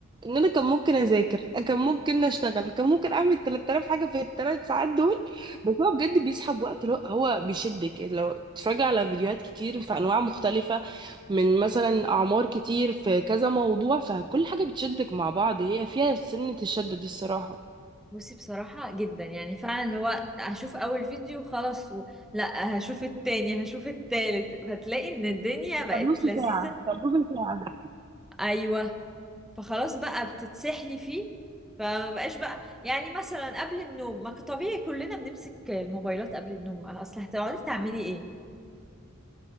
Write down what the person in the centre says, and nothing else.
بصي بصراحة جدا يعني فعلا اللي هو هشوف اول فيديو خلاص و... لا هشوف التاني هشوف التالت فتلاقي ان الدنيا بقت
لذيذة
ايوه فخلاص بقى بتتسحلي فيه فما بقاش بقى يعني مثلا قبل النوم ما ك- طبيعي كلنا بنمسك الموبايلات قبل النوم اصل هتقعدي تعملي ايه